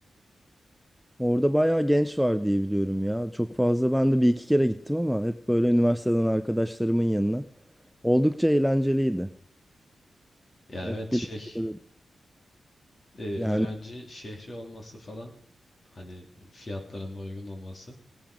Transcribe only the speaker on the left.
Ya
evet
şey
e,
öğrenci şehri olması falan hani fiyatların da uygun olması